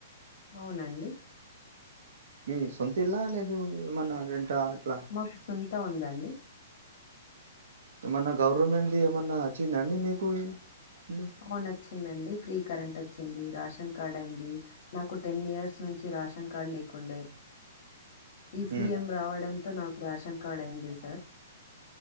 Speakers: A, on the left; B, on the right.
A: అవునండి.
B: ఈ సొంతిల్లా లేదు ఏమన్నా రెంటా ఎట్ల
A: మాక్ సొంత ఉందండి.
B: ఏమన్నా గవర్నమెంట్ది ఏమన్నా అచ్చిందండి మీకు ఇల్లు
A: అవునచ్చిందండి ఫ్రీ కరెంట్ అచ్చింది, రాషన్ కార్డ్ అయింది నాకు టెన్ ఇయర్స్ నుంచి రాషన్ కార్డ్ లేకుండే ఈ సీఎం
B: ఉమ్
A: రావడంతో నాకు రేషన్ కార్డ్ అయింది సార్.